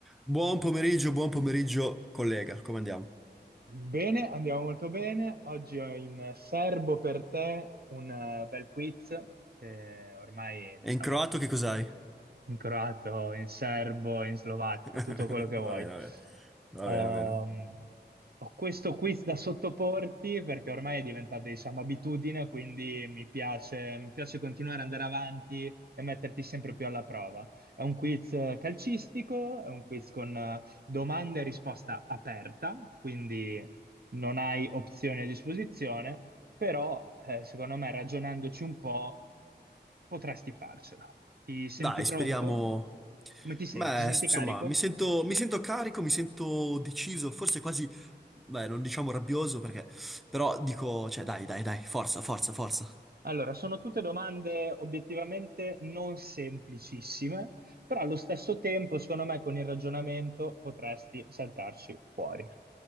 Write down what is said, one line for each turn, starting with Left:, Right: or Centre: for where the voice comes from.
Centre: Buon pomeriggio, buon pomeriggio, collega, come andiamo?
Right: Bene, andiamo molto bene. Oggi ho in serbo per te un eh, bel quiz che ormai, diciamo,
Centre: E in croato che cos'hai?
Right: in croato, in serbo, in slovacco,
Centre: <laughs>
Right: tutto quello che vuoi.
Centre: Va bene, va bene, va
Right: Ho,
Centre: bene, va bene.
Right: ho questo quiz da sottoporti perché ormai è diventata, diciamo, abitudine, quindi mi piace, mi piace continuare ad andare avanti e metterti sempre più alla prova. È un quiz calcistico, è un quiz con eh, domanda e risposta aperta, quindi non hai opzioni a disposizione. Però, eh, secondo me, ragionandoci un po', potresti farcela. Ti senti
Centre: Dai,
Right: pronto?
Centre: speriamo...
Right: Come ti senti?
Centre: Beh,
Right: Ti senti
Centre: s- insomma,
Right: carico?
Centre: mi sento, mi sento carico, mi sento deciso, forse quasi... Beh, non diciamo rabbioso perché... Però dico, cioè, dai, dai, dai, forza, forza, forza.
Right: Allora, sono tutte domande obiettivamente non semplicissime, però allo stesso tempo, secondo me, con il ragionamento potresti saltarci fuori.